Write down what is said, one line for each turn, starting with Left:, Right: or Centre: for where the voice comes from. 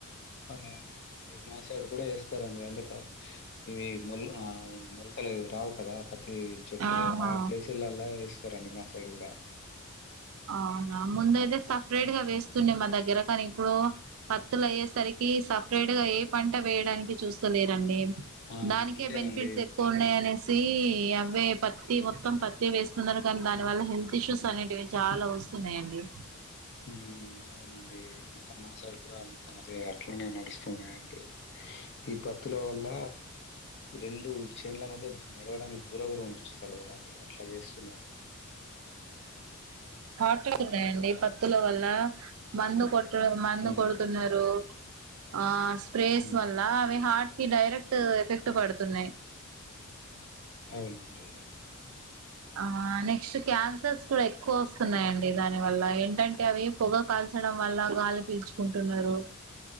Left: ఆ మాసైడు కూడా ఏస్తారండి అంటే త ఇవి మొల్ ఆ మొలకలు రావు కదా పత్తి చెట్లు
Right: ఆహా
Left: ఆ ప్లేసులల్లా ఏస్తారండి మా సైడ్ కూడా
Right: అవునా ముందు అయితే సపరేట్ గా వేస్తుండే మా దగ్గర కానీ ఇప్పుడు పత్తులయ్యేసరికి సపరేట్ గా ఏ పంట వేయడానికి చూస్తలేరండి
Left: ఆ
Right: దానికే
Left: అంతేనండి
Right: బెనిఫిట్స్ ఎక్కువ ఉన్నాయనేసి అవే ప త్తి మొత్తం పత్తి వేస్తున్నారు కానీ దాని వల్ల హెల్త్ ఇష్యూస్ అనేటివివి చాలా వస్తున్నాయండి
Left: మ్మ్ అవునండి మొత్తం మా సైడ్ కూడా మొత్తం అదే అట్లనే నడుస్తున్నాయండి ఈ పత్తుల వల్ల రెండు చేన్ల మధ్య నడవడానికి దూరం కూడా ఉంచుత లేరండి ఎట్లా చేస్తున్నారు
Right: పాటడున్నాయండి పత్తుల వల్ల మందు కొ ట్టడం మందు
Left: ఉమ్
Right: కొడుతున్నారు ఆ స్ప్రేస్
Left: ఉమ్
Right: వల్ల అవి హార్ట్ కి డైరెక్ట్ క్ట్ ఎఫెక్ట్ పడుతున్నాయి
Left: అవునండి
Right: ఆ నెక్స్ట్ క్యాన్సర్స్ కూడా ఎక్కువొస్త్ స్తున్నాయండి దాని వల్ల ఏంటంటే అవి పొగ కాల్చడం వల్ల గాలి పీల్చుకుంటున్నారు